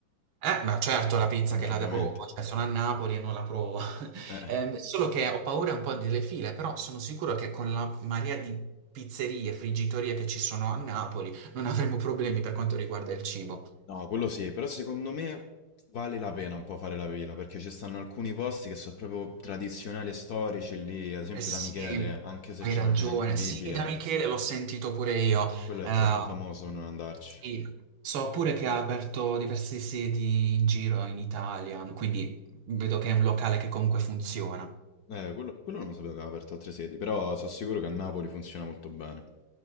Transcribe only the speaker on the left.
Vabbè,
ovviamente.
Eh.
No, quello sì, però secondo me vale la pena un po' fare la pila, perché ci stanno alcuni posti che sono proprio tradizionali e storici lì, ad esempio
da Michele, anche se
c'è
una fila incredibile,
quello
è troppo famoso per non andarci.
Eh, quello, quello non sapevo che aveva aperto altre sedi, però sono sicuro che a Napoli funziona molto bene.